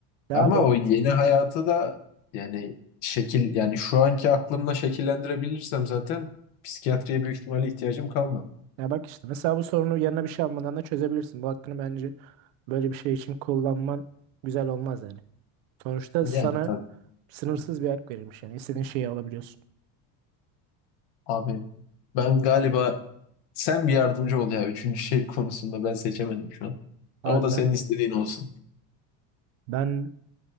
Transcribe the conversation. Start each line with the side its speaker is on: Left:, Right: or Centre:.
Right: Ya
Left: Ama
Right: abi
Left: o yeni hayatı da yani şekil yani şu anki aklımla şekillendirebilirsem zaten psikiyatriye büyük ihtimalle ihtiyacım kalmaz.
Right: Ya bak işte mesela bu sorunu yanına bir şey almadan da çözebilirsin. Bu hakkını bence böyle bir şey için kullanman güzel olmaz yani. Sonuçta
Left: Yani
Right: sana
Left: tabii.
Right: sınırsız
Left: Hı.
Right: bir hak verilmiş yani istediğin şeyi alabiliyorsun.
Left: Abi ben galiba sen bir yardımcı ol ya üçüncü şey konusunda ben seçemedim şu an.
Right: Abi
Left: O da
Right: ben,
Left: senin istediğin olsun.
Right: ben